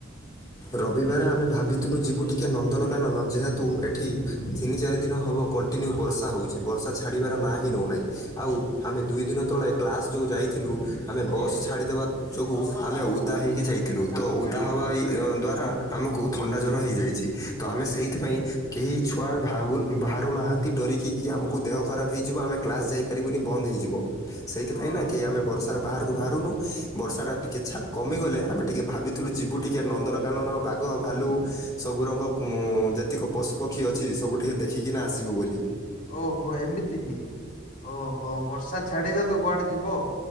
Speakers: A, on the left (about 20°); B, on the left (about 40°).
A: ରବିବାର ଆମେ ଭାବିଥିଲୁ ଯିବୁ ଟିକେ ନନ୍ଦନକାନନ। ଯେହେତୁ ଏଠି ତିନି ଚାରି ଦିନ ହବ କଣ୍ଟ କଣ୍ଟିନ୍ୟୁ ବର୍ଷା ହଉଛି ବର୍ଷା ଛାଡ଼ିବାର ନା ହିିଁ ନଉନାହିଁ। ଆଉ ଆମେ ଦୁଇ ଦିନ ତଳେ କ୍ଲାସ୍ ଯୋଉ ଯାଇଥିଲୁ ଆମେ ବସ୍ ଛାଡ଼ିଦେବା ଯୋଗୁ ଆମେ ଉଦା ହେଇକି ଯାଇଥିଲୁ। ତ ଉଦା ହବା ଇ, ଅ, ଦ୍ଵାରା ଆମକୁ ଥଣ୍ଡା ଜର ହେଇଯାଇଛି। ତ ଆମେ ସେଇଥିପାଇଁ କେହି ଛୁଆ ଭାବୁଲ ବାହାରୁନାହାନ୍ତି ଡରିକି କି ଆମକୁ ଦେହ ଖରାପ ହେଇଯିବ। ଆମେ କ୍ଲାସ୍ ଯାଇପାରିବୁନି ବନ୍ଦ ହେଇଯିବ। ସେଇଥିପାଇଁ
B: ହଁ।
A: ନା କିଏ ଆମେ ବର୍ଷାରେ ବାହାରକୁ ବାହାରୁନୁ। ବର୍ଷାଟା ଟିକେ ଛା କମିଗଲେ ଆମେ ଟିକିଏ ଭାବିଥିଲୁ ଯିବୁ ଟିକେ ନନ୍ଦନକାନନ। ବାଘ, ଭାଲୁ ସବୁ ରଙ୍କ ପୁ-ଯେତିକ ପଶୁପକ୍ଷୀ ଅଛି ସବୁ ଟିକେ ଦେଖିକିନା ଆସିବୁ ବୋଲି।
B: ଓହୋ! ଏମିତି ହି, ଓହୋ, ବର୍ଷା ଛାଡିଲେ ତ କୁଆଡେ ଯିବ।